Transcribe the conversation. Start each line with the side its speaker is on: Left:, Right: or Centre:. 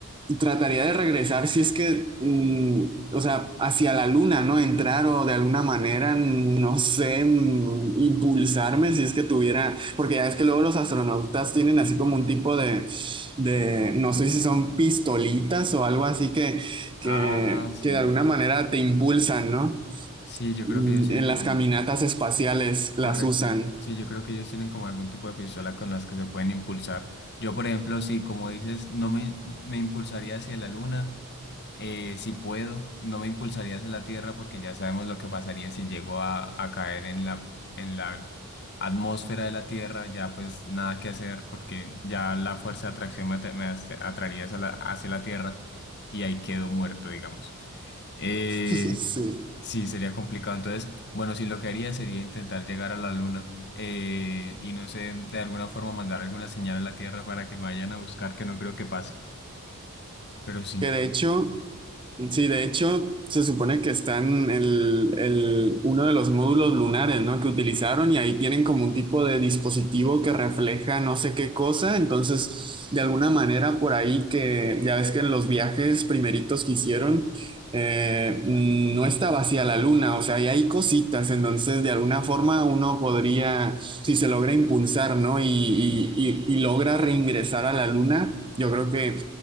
Right: Trataría de regresar si es que, mm, o sea, hacia la luna, ¿no? Entrar o de alguna manera, mm, no sé, mm, impulsarme si es que tuviera, porque ya es que luego los astronautas tienen así como un tipo de, de, no sé si son pistolitas o algo así que, que,
Left: Ah, sí.
Right: que de alguna manera te impulsan, ¿no?
Left: Sí, yo
Right: Mm,
Left: creo que ellos tienen
Right: En
Left: como,
Right: las caminatas espaciales las
Left: correcto,
Right: usan.
Left: y- sí, yo creo que ellos tienen como algún tipo de pistola con las que se pueden impulsar. Yo, por ejemplo, sí, como dices, no me, me impulsaría hacia la luna, eh, si puedo, no me impulsaría hacia la Tierra porque ya sabemos lo que pasaría si llego a, a caer en la, en la atmósfera de la Tierra, ya pues nada que hacer porque ya la fuerza de atracción me, atra- me hace- atraería hacia la, hacia la Tierra y ahí quedo muerto, digamos. Eh,
Right: <laughs> Sí.
Left: Sí, sería complicado. Entonces, bueno, sí, lo que haría sería intentar llegar a la luna eh, y no sé, de alguna forma mandar alguna señal a la Tierra para que me vayan a buscar, que no creo que pase. Pero sí,
Right: Que de hecho, sí, de hecho, se supone que están en el, el, uno de los módulos lunares, ¿no? Que utilizaron y ahí tienen como un tipo de dispositivo que refleja no sé qué cosa. Entonces, de alguna manera, por ahí que ya ves que en los viajes primeritos que hicieron, eh, no está vacía la luna, o sea, y hay cositas. Entonces, de alguna forma, uno podría, si se logra impulsar, ¿no? Y, y, y, y logra reingresar a la luna. Yo creo que